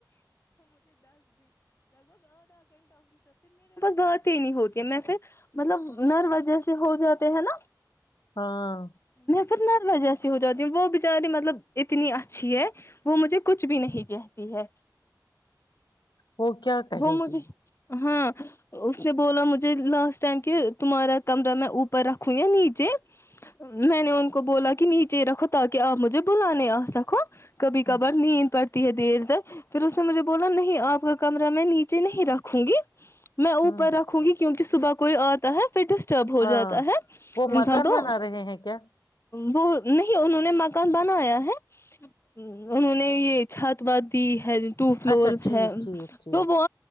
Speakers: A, on the left; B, on the left.
A: بات ہی نہیں ہوتی ہے میں پھر مطلب نر وجیس ہو جاتے ہے نا
B: ہاں
A: پھر نروس جیسی ہو جاتی وہ بچاری مطلب اتنی اچھی ہے وہ مجھے کچھ بھی نہیں کہتی ہے
B: وہ کیا کہے
A: وہ م
B: گی
A: سے ہاں اس نے بولا مجھے لاسٹ ٹائم کہ تمہارا کمرہ میں اوپر رکھوں یا نیچے میں نے ان کو بولا کہ نیچے رکھو تاکہ آپ مجھے بلاے آ سکو کبھی
B: ہاں
A: کبر نہیں ان پر ہے دیر تک پھر اس نے مجھے بولا نہیں آپ کا کمرہ میں نیچے نہیں رکھوں گی میں اوپر
B: ہوں
A: رکھوں گی کیونکہ صبح کوئی آتا ہے پھر ڈسٹرب ہو
B: ہاں
A: جاتا ہے
B: وہ مکان
A: انسان تو
B: بنا رہے ہیں کیا
A: وہ نہیں انہوں نے مکان بنایا ہے انہوں نے یہ چھات وات دی ہے ٹو فلورس
B: اچھا ٹھیک
A: ہے
B: ٹھیک ٹھیک
A: تو وہ